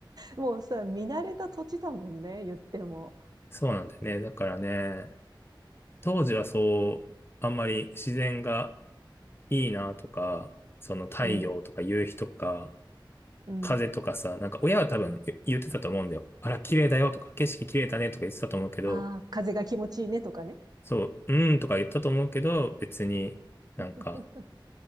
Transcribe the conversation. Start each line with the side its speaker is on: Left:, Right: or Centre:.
Right: もうさ、見慣れた土地だもんね、言っても。
Left: そうなんだよね。だからね、当時はそう、あんまり自然がいいなとか、その太陽とか夕日とか、
Right: うん。うん。
Left: 風とかさ、なんか親は多分言言ってたと思うんだよ。あら、綺麗だよとか、景色綺麗だねとか言ってたと思うけど、
Right: ああ、風が気持ちいいねとかね。
Left: そう、うーんとか言ったと思うけど、別になんか、
Right: <laughs>